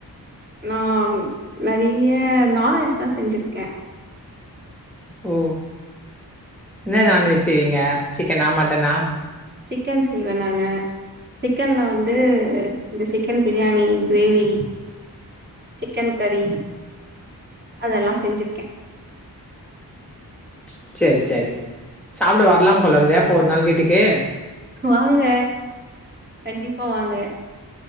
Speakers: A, on the right; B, in the centre.
A: நாம் நெறைய நான்வெஜ்தா செஞ்சுருக்கே
B: ஓ என்ன நான்வெஜ் செய்வீங்க சிக்கனா மட்டனா
A: ஜிக்கன் செய்வ நானு ஜிக்கன்ல வந்து இந்த ஜிக்கன் பிரியாணி கிரேவி ஜிக்கன் கறி அதெல்லா செஞ்சிருக்க
B: ச்செரி ச்செரி சாப்ட வர்லாம் போலகுது அப்போ ஒரு நாள் வீட்டுக்கு
A: வாங்க கண்டிப்பா வாங்க